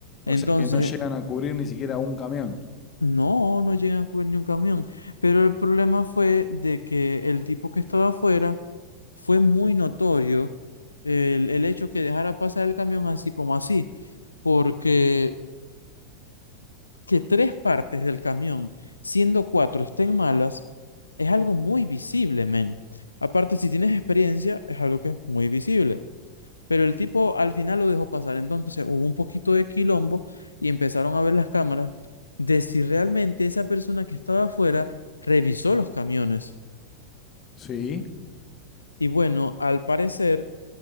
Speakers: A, on the left; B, on the left.
A: O
B: Entonces,
A: sea que no llegan a cubrir ni siquiera un camión.
B: No, no llegan a coger ni un camión. Pero el problema fue de que el tipo que estaba afuera fue muy notorio el, el hecho que dejara pasar el camión así como así, porque que tres partes del camión, siendo cuatro, estén malas, es algo muy visible, men. Aparte, si tienes experiencia, es algo que es muy visible. Pero el tipo al final lo dejó pasar. Entonces hubo un poquito de quilombo y empezaron a ver las cámaras de si realmente esa persona que estaba afuera revisó los camiones.
A: Sí.
B: Y bueno, al parecer